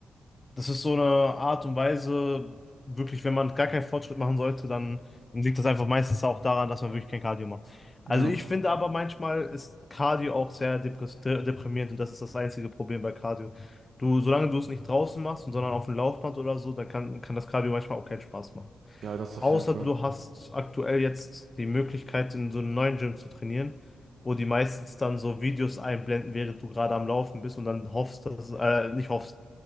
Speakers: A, on the left; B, on the right.
A: das ist so eine Art und Weise, wirklich, wenn man gar keinen Fortschritt machen sollte, dann liegt das einfach meistens auch daran, dass man wirklich kein Cardio macht. Also
B: Ja,
A: ich finde aber manchmal ist Cardio auch sehr depress- de- deprimierend und das ist das einzige Problem bei Cardio. Du, solange du es nicht draußen machst, sondern auf dem Laufband oder so, dann kann, kann das Cardio manchmal auch keinen Spaß machen.
B: ja, das auf
A: Außer
B: jeden Fall.
A: du hast aktuell jetzt die Möglichkeit, in so einem neuen Gym zu trainieren, wo die meistens dann so Videos einblenden, während du gerade am Laufen bist und dann hoffst, dass, äh, nicht hoffst,